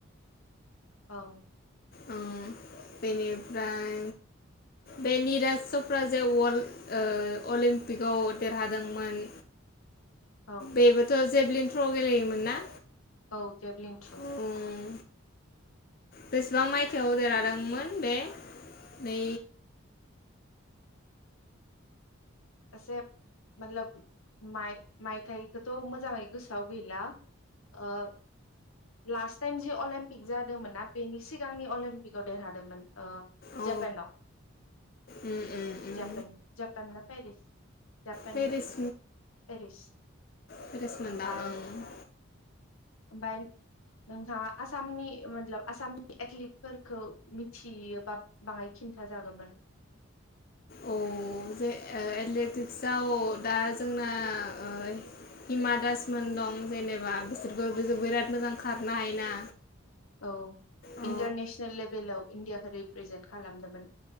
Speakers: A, on the left; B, on the left.
A: औ
B: ओ बेनिफ्राय बे निराज चप्रा जे वल्ड अलिम्पिकआव देरहादोंमोन।
A: औ
B: बेबोथ' जेभलिन थ्र' गेलेयोमोन ना?
A: औ जेभलिन थ्र।
B: ओम बेसेबां मायथाइयाव देरहादोंमोन बे नै
A: एसे मतलब माय मायथाइखौथ' मोजाङै गोसोआव गैला ओ लास्ट टाइम जि अलिम्पिक जादोंमोनना बेनि सिगांनि अलिम्पिकआव देरहादोंमोन। ओ
B: अ
A: जापानाव
B: उम उम उम
A: Japan Japan Paris Japan
B: Paris
A: Paris
B: Paris मोनदां
A: ओमफाय
B: ओं
A: ओमफाय नोंथाङा आसामनि मतलब आसामनि एथलिटफोरखौ मिथियोबा बाङाय खिन्था जागोमोन।
B: औ जे ओ एथलेटिक्सआव दा जोंना ओ हिमा दास मोन दं जेनेबा बिसोरबो बिराद मोजां खारनो हायोना।
A: औ
B: अ
A: इन्टारनेसनेल लेभेलाव इण्डिया रिप्रेजेन्ट खालामदोमोन।